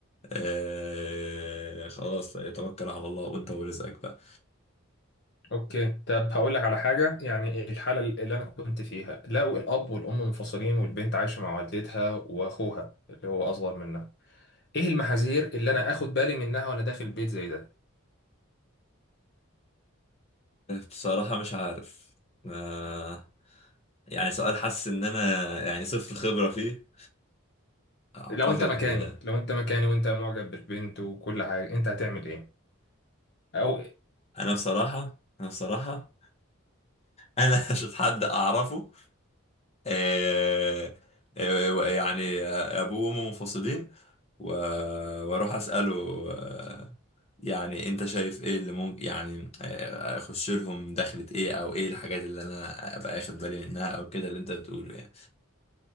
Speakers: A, on the left (about 30°); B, on the left (about 50°).
A: آه خلاص توكل على الله وانت ورزقك بقى
B: اوكي طب هقول لك على حاجه يعني الحاله اللي انا كنت فيها لو الاب والام منفصلين والبنت عايشه مع والدتها واخوها اللي هو اصغر منها ايه المحاذير اللي انا اخد بالي منها وانا داخل بيت زي ده
A: بصراحه مش عارف آه يعني سؤال حاسس ان انا يعني صفر خبره فيه اعتقد
B: لو انت مكاني
A: آه،
B: لو انت مكاني وانت معجب بالبنت وكل حاجه انت هتعمل ايه او
A: انا بصراحه انا بصراحه انا <laughs> مش حد اعرفه آه، آه، يعني ابوه وامه منفصلين و- واروح اساله آه، يعني انت شايف ايه اللي ممكن يعني آه، اخش لهم دخلة ايه او ايه الحاجات اللي انا ابقى اخد بالي منها او كده اللي انت بتقوله يعني